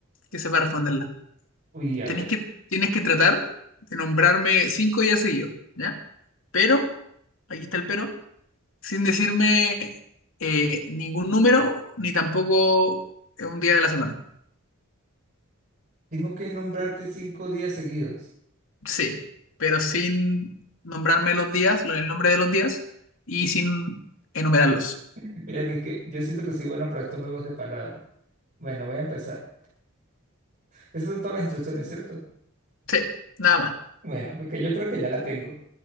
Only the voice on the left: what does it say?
que sepa responderla.
Tenés
que, tienes que tratar de nombrarme cinco días seguidos, ¿ya? Pero, aquí está el pero, sin decirme eh, ningún número, ni tampoco un día de la semana.
Sí, pero sin nombrarme los días, lo- el nombre de los días, y sin enumerarlos.
Sí, nada más.